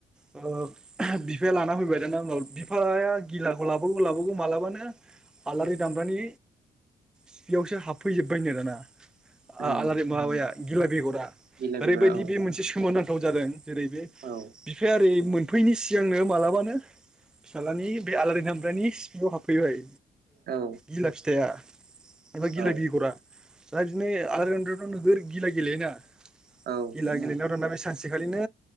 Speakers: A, in the centre; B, on the right.
A: ओ ओहोम बिफाया लाना फैबाय दाना उनाव बिफाया गिलाखौ लाबोवगौ लाबोवगौ मालाबानो। आलारि दामब्रानि सिफियावसो हाबफैजोबबायनो दाना,
B: उम
A: आ आलारि माबाया गिला बेगरा।
B: गिला
A: ओरैबायदि
B: बिगुरा औ
A: बे मोनसे सोमोनां गोथाव जादों जेरै बे
B: औ
A: बिफाया ओरै मोनफैनि सिगांनो मालाबानो फिसाजलानि बे आलारि दामब्रानि सिपिआव हाबफैबाय
B: औ
A: गिला फिथाइआ । एबा गिला
B: औ
A: बेगरा दा बिदिनो आाय टथ' नोगोर गिला गेलेयोना।
B: औ
A: गिला गेलेनायाव दाना बे सानसेखालिनो